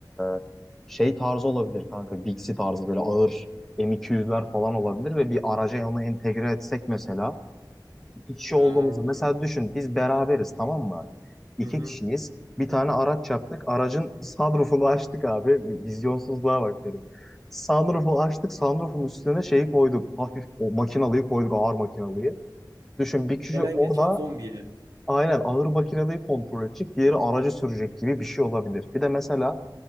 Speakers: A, in the centre; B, on the right.
A: e, şey tarzı olabilir kanka. Bixi tarzı böyle ağır M200'ler falan olabilir ve bir araca onu entegre etsek mesela. İki kişi
B: Ha.
A: olduğumuzu mesela düşün biz beraberiz tamam mı? İki
B: Hı hı.
A: kişiyiz. Bir tane araç yaptık. Aracın sunroofunu açtık abi. Vizyonsuzluğa bak derim. Sunroofu açtık. Sunroofun üstüne şeyi koyduk. Hafif o makinalıyı koyduk. Ağır makinalıyı. Düşün bir kişi
B: Gelen
A: orada
B: geçen zombiye.
A: Aynen ağır makineyi kontrol edecek, diğeri aracı sürecek gibi bir şey olabilir. Bir de mesela